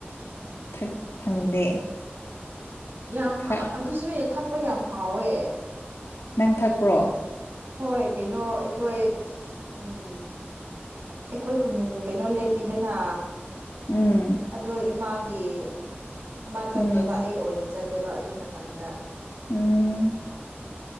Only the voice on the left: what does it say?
ꯊꯛ ꯐꯪꯗꯦ꯫
ꯊꯛ
ꯅꯪ ꯊꯛꯄ꯭ꯔꯣ꯫
ꯎꯝ
ꯎꯝ
ꯎꯝ